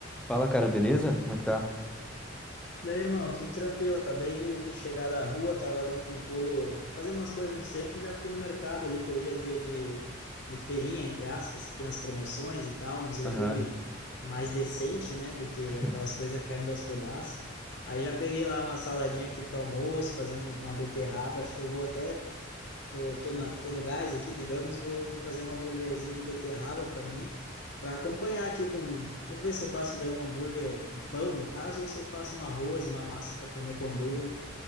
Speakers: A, in the centre; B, on the left.
A: Fala, cara, beleza? Como é que tá?
B: Daí, irmão, tudo tranquilo. Acabei de, de chegar da rua, tava dando um pulo, fazendo umas coisas no centro, e já fui no mercado ali, que hoje é dia de, de feirinha, entre aspas, que tem as promoções e tal, uns legumes
A: Aham.
B: mais decente, né, do que
A: <laughs>
B: aquelas coisas caindo aos pedaços. Aí já peguei lá uma saladinha aqui para almoço, fazendo uma beterraba, acho que eu vou até Tô, tô, na, tô no gás aqui, digamos, vou, vou fazer um hambúrguerzinho de beterraba para mim, para acompanhar aqui com. Vou ver se eu faço daí um hambúrguer com pão, no caso, ou se eu faço um arroz, uma massa para comer com hambúrguer,